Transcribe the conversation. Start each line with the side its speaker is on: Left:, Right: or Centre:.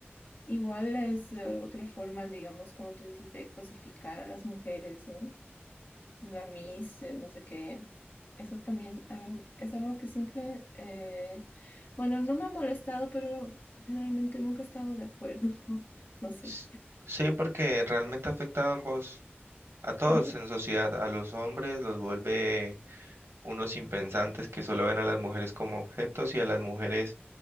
Left: Igual es eh, otra forma, digamos, como tú dices, de cosificar a las mujeres, ¿no? La Miss, eh, no sé qué. Eso también algo, es algo que siempre, eh, bueno, no me ha molestado, pero generalmente nunca he estado de acuerdo. <laughs> No sé.
Right: S- Sí, porque realmente afecta a ambos, a todos
Left: Ujú,
Right: en la sociedad, a los hombres los vuelve unos impensantes que solo ven a las mujeres como objetos y a las mujeres